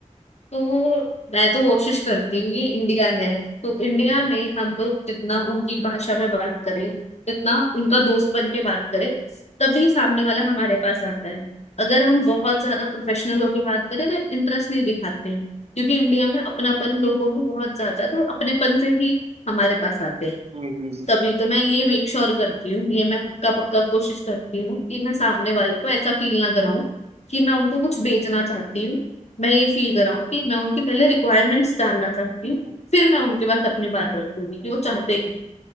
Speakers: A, on the left; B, on the right.
A: तो मैं तो कोशिश करती हूँ ये इंडिया है तो इंडिया
B: हम्म,
A: में हम लोग जितना उनकी भाषा में बात करें जितना उनका दोस्त बन के बात करें तभी सामने वाला हमारे पास आता है अगर हम बहुत ज्यादा प्रोफेशनल होकर बात करें तो इंटरेस्ट नहीं दिखाते हैं क्योंकि इंडिया में अपनापन लोगों में बहुत ज्यादा है, तो अपनेपन से ही हमारे पास आते हैं
B: हम्म,
A: तभी तो मैं ये मेक श्योर करती हूँ ये मैं पक्का पक्का कोशिश करती हूँ कि मैं सामने वाले को ऐसा फील ना कराऊं कि मैं उनको कुछ बेचना चाहती हूँ मैं ये फील कराऊं कि मैं उनकी पहले रिक्वायरमेंट्स जानना चाहती
B: हम्म,
A: हूँ
B: हम्म।
A: फिर मैं उनके पास अपनी बात रखूंगी कि वो चाहते क्या